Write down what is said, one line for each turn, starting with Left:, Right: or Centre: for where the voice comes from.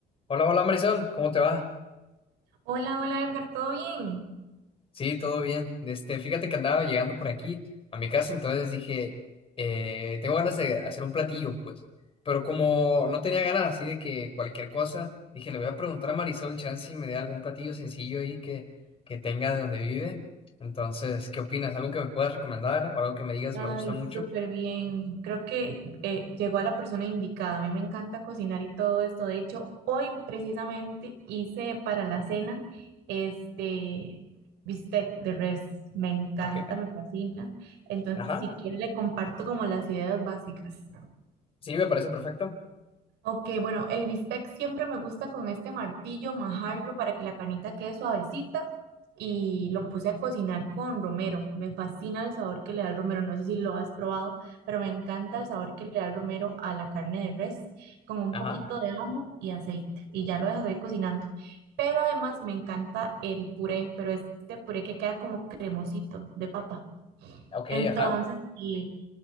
Left: Hola, hola Marisol, ¿cómo te va?
Right: Hola, hola Edgar, ¿todo bien?
Left: Sí, todo bien. Este, fíjate que andaba llegando por aquí a mi casa, entonces dije, eh, tengo ganas de hacer un platillo, pues. Pero como no tenía ganas así de que cualquier cosa, dije, le voy a preguntar a Marisol, chance si me dé algún platillo sencillo ahí que, que tenga de donde viven. Entonces, ¿qué opinas? ¿Algo que me puedas recomendar o algo que me digas
Right: Ay,
Left: me gusta mucho?
Right: súper bien. Creo que eh, llegó a la persona indicada. A mí me encanta cocinar y todo esto. De hecho, hoy precisamente hice para la cena este bistec de res. Me encanta,
Left: Ok,
Right: me fascina. Entonces,
Left: ajá,
Right: si quiere, le comparto como las ideas básicas.
Left: sí, me parece perfecto.
Right: Ok, bueno, el bistec siempre me gusta con este martillo majarlo para que la carnita quede suavecita y lo puse a cocinar con romero. Me fascina el sabor que le da el romero, no sé si lo has probado, pero me encanta el sabor que le da el romero a la carne de res con un
Left: Ajá,
Right: poquito de ajo y aceite y ya lo dejas ahí cocinando. Pero además me encanta el puré, pero este puré que queda como cremosito de papa.
Left: ok,
Right: Entonces,
Left: ajá,
Right: y